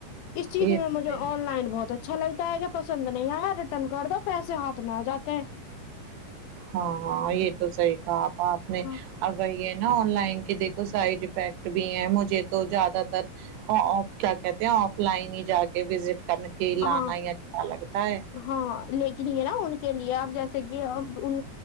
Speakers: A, on the left; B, on the right.
A: اس چیز
B: یہ
A: میں
B: تو
A: مجھے
B: صحیح
A: آن لائن بہت اچھا لگتا ہے کہ پسند نہیں ایا ریٹرن کر دو پیسے ہاتھ اتنا آ جاتے ہیں
B: ہاں ہاں یہ تو صحیح کہا آپا آپ نے
A: ہاں
B: اب یہ نہ آن لائن کے دیکھو سائڈ افیکٹ بھی ہیں مجھے تو زیادہ تر اور آ کیا کہتے ہیں آف لائن ہی جا کے وزٹ کرنے کے
A: ہاں
B: لانا ہی اچھا لگتا ہے
A: ہاں لیکن یہ نہ ان کے لیے اپ جیسے کہ ان